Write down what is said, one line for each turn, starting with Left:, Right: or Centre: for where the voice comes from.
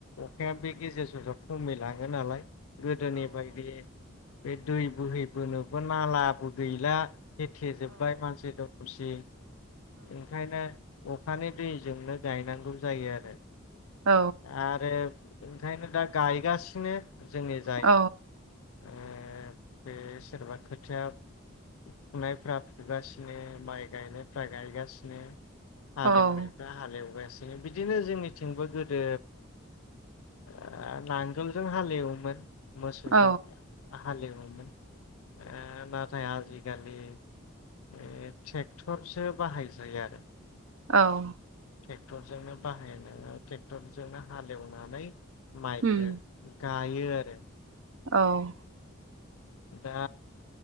Left: अखाया बे गेजेर ससेयाव खमै लाङो नालाय गोदोनि बायदि बे दै बोहैबोनोबो नालाबो गैला। होथे जोब्बाय मानसि <unintelligible> ओंखायनो अखानि दैजोंनो गायनांगौ जायो आरो
Right: औ
Left: आरो ओंखायनो दा गायगासिनो। जोंनि जाय
Right: औ
Left: ओ बे सोरबा खोथिया फुनायफ्रा फुगासिनो माइ गायनायफ्रा गायगासिनो। हालेवनायफ्रा
Right: औ
Left: हालेवबाय सिनो बिदिनो जोंनिथिंबो गोदो ओ नांगोलजों हालेवोमोन। मोसौजों
Right: औ
Left: हालेवोमोन ओ नाथाय आजिखालि ओ ट्रेक्टरसो बाहायसै आरो
Right: औ
Left: ट्रेक्टरजोंनो बाहायनो ट्रेक्टरजोंनो हालेवनानै माइखो
Right: उम
Left: गाय यो आरो
Right: औ
Left: दा